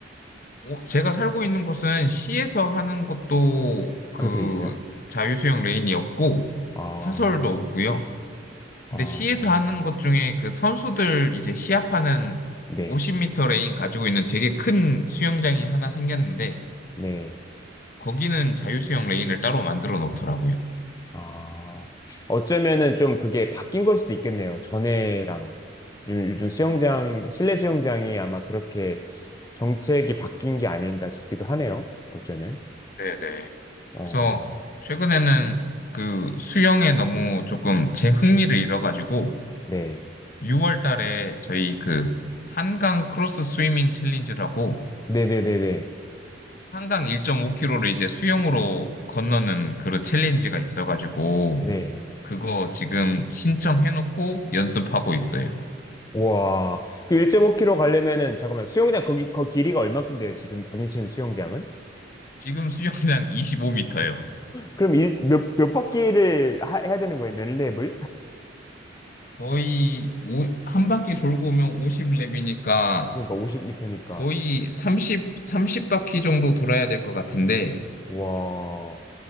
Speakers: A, on the left; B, on the left.
A: 어, 제가 살고 있는 곳은 시에서 하는 것도 그
B: 그렇게 돼 있어요?
A: 자유수영 레인이 없고
B: 아,
A: 사설도 없고요. 근데
B: 아,
A: 시에서 하는 것 중에 그 선수들 이제 시합하는
B: 네.
A: 5 0터 레인 가지고 있는 되게 큰 수영장이 하나 생겼는데
B: 네.
A: 거기는 자유수영 레인을 따로 만들어 놓더라고요.
B: 아, 어쩌면은 좀 그게 바뀐 걸 수도 있겠네요. 전에랑. 요즘, 요즘 수영장, 실내 수영장이 아마 그렇게 정책이 바뀐 게 아닌가 싶기도 하네요. 어쩌면.
A: 네네.
B: 어,
A: 그래서 최근에는 그 수영에 너무 조금 제 흥미를 잃어가지고
B: 네.
A: 6월 달에 저희 그 한강 크로스 스위밍 챌린지라고
B: 네네네네.
A: 한강 1.5km를 이제 수영으로 건너는 그런 챌린지가 있어가지고,
B: 네.
A: 그거 지금 신청해놓고 연습하고 있어요.
B: 와. 그 1.5km 가려면은, 잠깐만, 수영장, 거기, 거 길이가 얼만큼 돼요? 지금 다니시는 수영장은?
A: 지금 수영장 <laughs> 25m예요.
B: 그럼 일, 몇, 몇 바퀴를 하- 해야 되는 거예요? 몇 랩을?
A: 거의 오- 한 바퀴 돌고 오면 50랩이니까
B: 그러니까 50m니까.
A: 거의 30, 30바퀴 정도 돌아야 될 것 같은데,
B: 와.